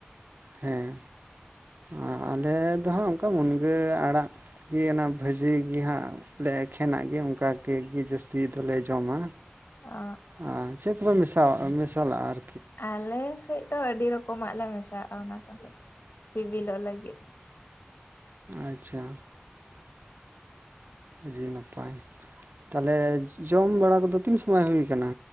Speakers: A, on the right; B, on the left.
A: ᱦᱮᱸ ᱟᱸ ᱟᱞᱮ ᱫᱚ ᱦᱟᱸ ᱜ ᱚᱱᱠᱟ ᱢᱩᱱᱜᱟᱹ ᱟᱲᱟᱜᱼᱼ ᱜᱮ ᱚᱱᱟ ᱵᱷᱟᱹᱡᱤ ᱜᱮ ᱦᱟᱸᱜ ᱞᱮ ᱮᱠᱷᱮᱱᱟᱜ ᱜᱮ ᱚᱱᱠᱟ ᱜᱮ ᱡᱟᱹᱥᱛᱤ ᱫᱚᱞᱮ ᱡᱚᱢᱟ᱾
B: ᱚᱻ᱾
A: ᱟᱨ ᱪᱮᱜ ᱠᱚᱯᱮ ᱢᱮᱥᱟᱣᱟᱜ ᱢᱮᱥᱟᱞᱟᱜ-ᱟ ᱟᱨᱼ
B: ᱟᱞᱮ ᱥᱮᱜ ᱫᱚ ᱟᱹᱰᱤ ᱨᱚᱠᱚᱢᱟᱜ ᱞᱮ ᱢᱮᱥᱟᱣᱟᱜ-ᱟ ᱚᱱᱟ ᱥᱚᱞᱮᱜ ᱥᱤᱵᱤᱞᱚᱜ ᱞᱟᱹᱜᱤᱫ᱾
A: ᱟᱪᱪᱷᱟ᱾ ᱟᱹᱰᱤ ᱱᱟᱯᱟᱭ ᱛᱟᱦᱚᱞᱮ ᱡᱚᱢ ᱵᱟᱲᱟ ᱠᱚᱫᱚ ᱛᱤᱱ ᱥᱚᱢᱚᱭ ᱦᱩᱭ ᱠᱟᱱᱟ?